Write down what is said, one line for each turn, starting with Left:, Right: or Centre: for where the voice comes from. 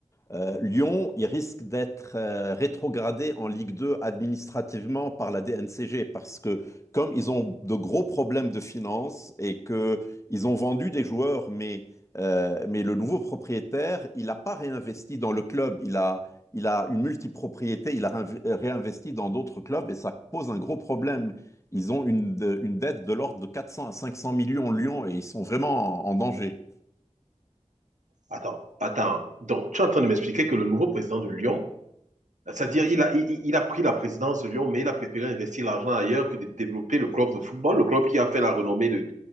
Left: Euh, Lyon, il risque d'être euh, rétrogradé en Ligue 2 administrativement par la DNCG parce que comme ils ont de gros problèmes de finances et que ils ont vendu des joueurs, mais, euh, mais le nouveau propriétaire, il n'a pas réinvesti dans le club, il a, il a une multipropriété, il a réinv- réinvesti dans d'autres clubs et ça pose un gros problème. Ils ont une, de- une dette de l'ordre de 400 à 500 millions Lyon et ils sont vraiment en en danger.
Right: Attends, attends. Donc, tu es en train de m'expliquer que le nouveau président de Lyon, c'est-à-dire, il a, il, il, a pris la présidence de Lyon, mais il a préféré investir l'argent ailleurs que de développer le club de football, le club qui a fait la renommée de,